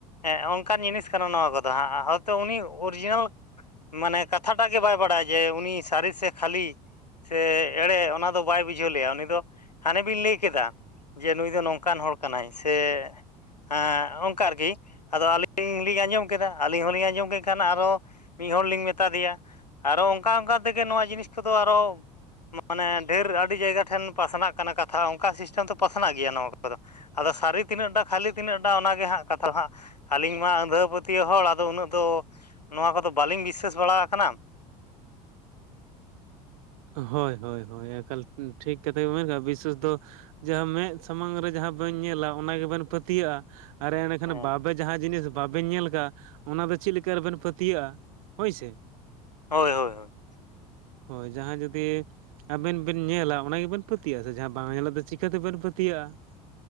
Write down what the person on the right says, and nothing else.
ᱦᱳᱭ ᱦᱳᱭ ᱦᱳᱭ ᱮᱠᱟᱞ ᱴᱷᱤᱠ ᱠᱟᱛᱷᱟ ᱜᱮ ᱵᱤᱥᱮᱥ ᱫᱚ ᱡᱟᱦᱟᱸ ᱢᱮᱫ ᱥᱟᱢᱟᱝ ᱨᱮ ᱡᱟᱦᱟᱸ ᱵᱟᱹᱧ ᱧᱮᱞᱟ ᱚᱱᱟ ᱜᱮᱵᱮᱱ ᱯᱟᱹᱛᱤᱭᱟᱹᱜᱼᱟ, ᱟᱨ ᱮᱸᱱᱮᱠᱷᱟᱱ
ᱵᱟᱵᱮ ᱡᱟᱦᱟᱸ ᱡᱤᱱᱤᱥ ᱵᱟᱵᱮᱱ ᱧᱮᱞ ᱠᱟᱜᱼᱟ ᱚᱱᱟ ᱫᱚ ᱪᱮᱫ ᱞᱮᱠᱟ ᱨᱮᱵᱮᱱ ᱯᱟᱹᱛᱭᱟᱹᱼᱟ ᱯᱟᱹᱛᱭᱟᱹᱜᱼᱟ ᱦᱩᱭᱥᱮ ᱾
ᱦᱳᱭ ᱡᱟᱦᱟᱸ ᱡᱩᱫᱤ ᱾ ᱟᱵᱮᱱ ᱵᱮᱱ ᱧᱮᱞᱟ ᱚᱱᱟ ᱜᱮᱵᱮᱱ ᱯᱟᱹᱛᱭᱟᱹᱜᱼᱟ ᱥᱮ ᱡᱟᱦᱟᱸ ᱵᱟᱝ ᱧᱮᱞᱟᱜ ᱫᱚ ᱪᱤᱠᱟᱹᱛᱮᱵᱮᱱ ᱯᱟᱹᱛᱤᱭᱟᱹᱜᱼᱟ ᱾